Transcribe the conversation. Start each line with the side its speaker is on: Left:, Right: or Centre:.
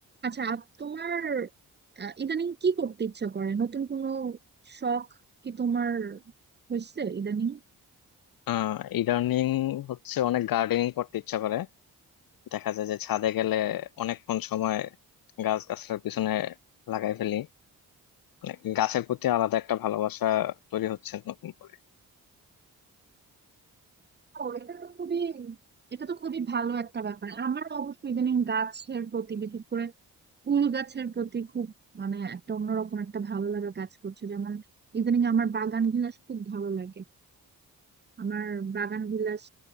Right: আচ্ছা আপ তোমার আহ, ইদানিং কি করতে ইচ্ছা করে নতুন কোনো শখ কি তোমার হয়েছে ইদানিং
Left: আহ ইদানিং হচ্ছে অনেক গার্ডেনিং করতে ইচ্ছা করে দেখা যায় যে ছাদে গেলে অনেকক্ষণ সময় গাছ গাছলার পিছনে লাগাই ফেলি মানে গাছের প্রতি আলাদা একটা ভালোবাসা তৈরি হচ্ছে নতুন করে
Right: ও এটা তো খুবই এটা তো খুবই ভালো একটা ব্যাপার আমার অবশ্য ইদানিং গাছের প্রতি বিশেষ করে ফুল গাছের প্রতি খুব মানে একটা অন্যরকম একটা ভালো লাগা কাজ করছে যেমন ইদানিং আমার বাগান বিলাস খুব ভালো লাগে আমার বাগান বিলাস